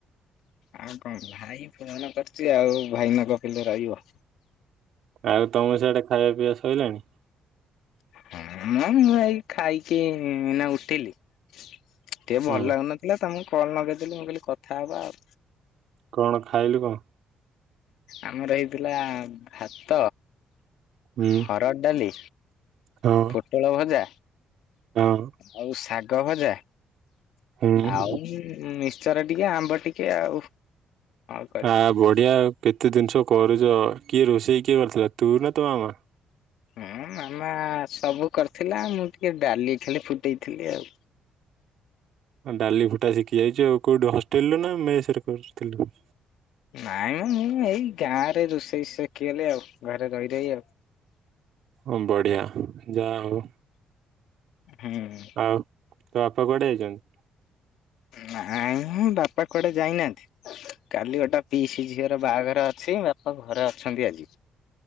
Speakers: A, on the left (about 80°); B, on the right (about 75°).
A: ଆଉ କଣ ଭାଇ ଫୋନ୍ କରିଛି ଆଉ ଭାଇ ନ ଗପିଲେ ରହିବ।
B: ଆଉ ତମର ସିଆଡେ ଖାଇବା ପିଇବା ସରିଲାଣି?
A: ହଁ ମ ମୁଁ ଏଇ ଖାଇକି ଏଇନା ଉଠିଲି ଟିକେ ଭଲ
B: ହୁଁ
A: ଲାଗୁନ। ଥିଲା ତମକୁ କଲ୍ ଲଗେଇଦେଲି ମୁଁ କହିଲି କଥା ହବା ଆଉ।
B: କଣ ଖାଇଲୁ କଣ?
A: ଆମର ହେଇଥିଲା ଭାତ
B: ହୁଁ
A: ହରଡ଼ ଡାଲି।
B: ହଁ
A: ପୋଟଳ ଭଜା
B: ହଁ
A: ଆଉ ଶାଗ ଭଜା।
B: ହୁଁ।
A: ଆଉ ମିସଚର ଟିକେ ଆମ୍ବ ଟିକେ ଆଉ କ
B: ଆ ବଢିଆ କେତେ ଜିନିଷ କରୁଚ କିଏ ରୋଷେଇ କିଏ କରିଥିଲା ତୁ ନା ତୋ ମାମା?
A: ହୁଁ ମାମା ସବୁ କରିଥିଲା ମୁଁ ଟିକେ ଡାଲି ଖାଲି ଫୁଟେଇଥିଲି ଆଉ।
B: ଡାଲି ଫୁଟା ଶିଖି ଯାଇଚୁ ଆଉ କୋଉଠୁ ହଷ୍ଟେଲରୁୁ ନା ମେସେରେ କର୍ ଥିଲୁ।
A: ନାଇଁମ ମୁଁ ଏଇ ଗାଁ ରେ ରୋଷେଇ ଶଖିଲି ଆଉ ଘରେ ରହି ରହି ଆଉ।
B: ହଁ ବଢିଆ ଯାହା ହଉ।
A: ହୁଁ।
B: ଆଉ ତ ବାପା କୋଆଡେ ଯାଇଚନ୍ତି?
A: ନାଇଁ ଉଁ ବାପା କୁଆଡେ ଯାଇନାହାନ୍ତି। କାଲି ଗୋଟା ପିଇସି ଝିଅର ବାହାଘର ଅଛି ମ ହଉ ଘରେ ଅଛନ୍ତି ଆଜି।